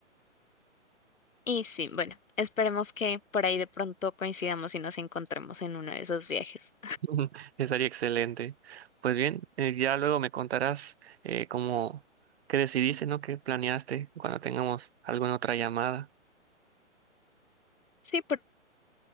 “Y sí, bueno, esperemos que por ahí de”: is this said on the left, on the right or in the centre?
Left